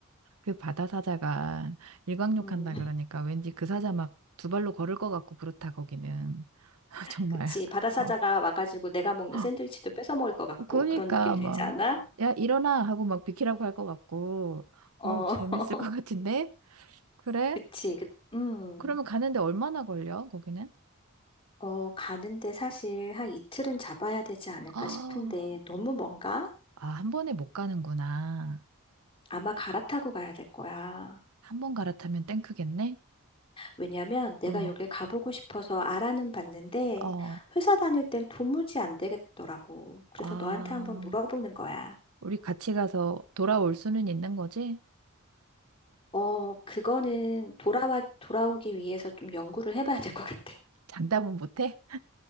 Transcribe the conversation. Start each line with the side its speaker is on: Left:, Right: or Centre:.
Right: 그 바다 사자가 일광욕한다
Left: 음, <laughs>
Right: 그러니까 왠지 그 사자 막 두 발로 걸을 것 같고 그렇다 거기는. <laughs> 정말.
Left: 그치. 바다사자가
Right: 어.
Left: 와가지고 내가 먹는
Right: 어,
Left: 샌드위치도 뺏어 먹을 것 같고,
Right: 그러니까
Left: 그런 느낌 들지
Right: 막
Left: 않아?
Right: 야, 일어나 하고 막 비키라고 할 것 같고.
Left: 어,
Right: 어우, 재밌을 것
Left: <laughs>
Right: 같은데? 그래?
Left: 그치. 그, 음.
Right: 그러면 가는데 얼마나 걸려, 거기는?
Left: 어, 가는데 사실 한 이틀은 잡아야 되지 않을까
Right: 아,
Left: 싶은데, 너무 먼가?
Right: 아, 한 번에 못 가는구나.
Left: 아마 갈아타고 가야 될 거야.
Right: 한 번 갈아타면 땡크겠네?
Left: 왜냐면 내가
Right: 어,
Left: 여길 가보고 싶어서 알아는 봤는데
Right: 어,
Left: 회사 다닐 땐 도무지 안 되겠더라고. 그래서
Right: 아.
Left: 너한테 한번 물어보는 거야.
Right: 우리 같이 가서 돌아올 수는 있는 거지?
Left: 어, 그거는 돌아와, 돌아오기 위해서 좀 연구를 해봐야 될 것 같아.
Right: 장담은 못 해?